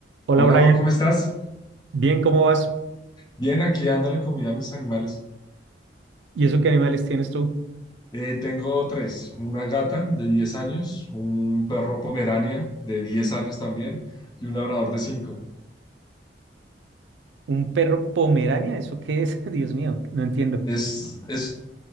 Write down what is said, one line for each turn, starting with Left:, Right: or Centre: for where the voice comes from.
Right: Hola
Left: Hola
Right: Brian,
Left: Juan, ¿cómo estás?
Right: bien, ¿cómo vas?
Left: Bien, aquí dándole comida a mis animales.
Right: ¿Y eso qué animales tienes tú?
Left: Eh, tengo tres, una gata de 10 años, un perro pomerania de 10 años también y un labrador de cinco.
Right: ¿Un perro pomerania? ¿Eso qué es? <laughs> Dios mío, no entiendo.
Left: Es, es